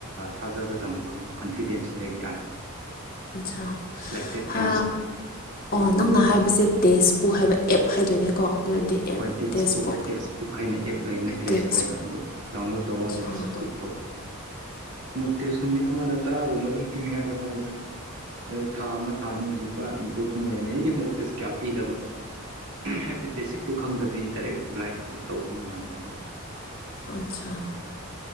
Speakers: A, on the right; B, on the left.
A: ꯊꯥꯖꯕ ꯊꯝꯈ꯭ꯔꯣ ꯑꯗꯨꯝ ꯀꯟꯐꯤꯗꯦꯟꯁ ꯂꯩꯕ ꯌꯥꯔꯦ
B: ꯑꯠꯆꯥ
A: ꯁꯂꯦꯛꯇꯦꯠ
B: ꯍꯥ
A: ꯍꯥꯢꯅꯀꯣ
B: ꯑꯣ ꯅꯪꯅ ꯍꯥꯏꯕꯁꯦ ꯇꯦꯛꯁ ꯕꯨꯛ ꯍꯥꯏꯕ ꯑꯦꯞ ꯍꯥꯏꯗꯣꯏꯅꯦꯀꯣ ꯑꯣꯏꯔꯗꯤ ꯑꯦꯞ
A: ꯍꯣꯏ text
B: textbook
A: book text book ꯈꯥꯏꯅ ꯑꯦꯞꯁ ꯂꯩꯕꯅꯦ ꯄ꯭ꯂꯦ
B: ꯇꯦꯛꯁ
A: ꯁ꯭ꯇꯣꯔ ꯗ ꯗꯥꯎꯟꯂꯣꯗ ꯇꯧꯑꯣ ꯑꯗꯨꯒ
B: ꯑꯣ
A: ꯁꯀ꯭ꯔ ꯇꯧ ꯃꯣꯛ ꯇꯦꯁ ꯅꯨꯃꯤꯠ ꯑꯃꯗ ꯇꯔꯥꯒꯨꯝꯕ ꯑꯗꯨꯝ ꯄꯤꯅꯤꯉꯥꯏ ꯍꯣꯠꯅꯑꯣꯗ ꯊꯥ ꯑꯃ ꯊꯥ ꯑꯅꯤꯗꯗꯤ ꯄꯨꯔꯥ ꯏꯝꯄ꯭ꯔꯨꯚꯃꯦꯟ ꯂꯩꯔꯅꯤ ꯑꯩꯗꯤ ꯃꯣꯛ ꯇꯦꯁ ꯀꯌꯥ ꯄꯤꯗꯕ ꯍꯥꯏꯕꯗꯤ ꯕꯦꯁꯤꯛ ꯇꯨ ꯈꯪꯗꯕꯤ ꯗꯥꯏꯔꯦꯛ ꯕ꯭ꯂꯥꯏꯟ ꯁꯣꯠ ꯇꯧꯕ ꯅꯨꯡꯉꯥꯏꯇꯕꯤꯀꯣ
B: ꯑꯠꯆꯥ